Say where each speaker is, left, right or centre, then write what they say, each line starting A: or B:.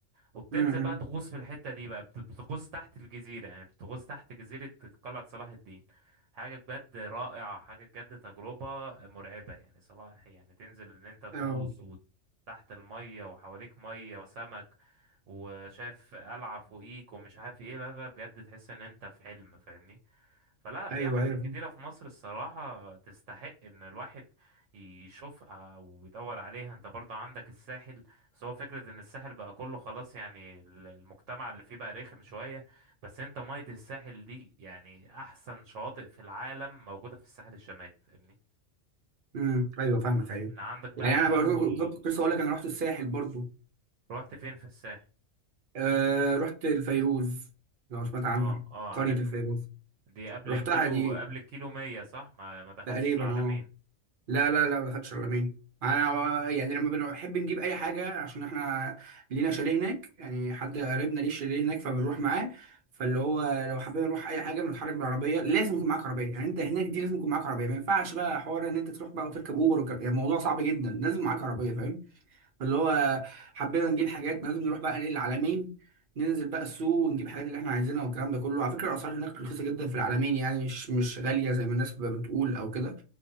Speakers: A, on the right (about 80°); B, on the right (about 50°).
A: وبتنزل
B: مم.
A: بقى تغوص في الحتة دي بقى بت- بتغوص تحت الجزيرة يعني بتغوص تحت جزيرة قلعة صلاح الدين حاجة بجد رائعة حاجة بجد تجربة مرعبة يعني صلاح يعني تنزل ان انت تغوص
B: اه
A: وتحت المية وحواليك مية وسمك وشايف قلعة فوقيك ومش عارف ايه لا لا بجد تحس ان انت في حلم فاهمني فلا في
B: ايوه
A: اماكن
B: ايوه
A: كتيرة في مصر الصراحة تستحق ان الواحد يشوفها او يدور عليها انت برضه عندك الساحل بس هو فكرة ان الساحل بقى كله خلاص يعني ال- المجتمع اللي فيه بقى رخم شوية بس انت مية الساحل دي يعني احسن شواطئ في العالم موجودة في الساحل الشمالي فاهمني
B: مم. ايوه فاهمك ايوه
A: من عندك بقى
B: يعني
A: من
B: انا
A: اول
B: برضو بالظبط كنت لسه اقول
A: من-
B: لك انا رحت الساحل برضو
A: رحت فين في الساحل
B: آه رحت الفيروز لو سمعت عنها
A: اه اه
B: قرية
A: عارفها
B: الفيروز
A: دي قبل
B: رحتها
A: الكيلو
B: دي
A: قبل الكيلو مية صح ما ما دخلتش
B: تقريبا
A: العلمين
B: اه لا لا لا ما دخلتش العلمين انا يعني لما بنحب نجيب اي حاجة عشان احنا لينا شاليه هناك يعني حد قريبنا ليه شاليه هناك فبنروح معاه فاللي هو لو حابين نروح اي حاجه بنتحرك بالعربيه لازم يكون معاك عربيه يعني انت هناك دي لازم يكون معاك عربيه ما ينفعش بقى حوار ان انت تروح بقى وتركب اوبر وك... يعني الموضوع صعب جدا لازم معاك عربيه فاهم اللي هو حبينا نجيب حاجات لازم نروح بقى ايه العلمين ننزل بقى السوق ونجيب الحاجات اللي احنا عايزينها والكلام ده كله على فكره الاسعار هناك رخيصه جدا في العلمين يعني مش مش غاليه زي ما الناس بتبقى بتقول او كده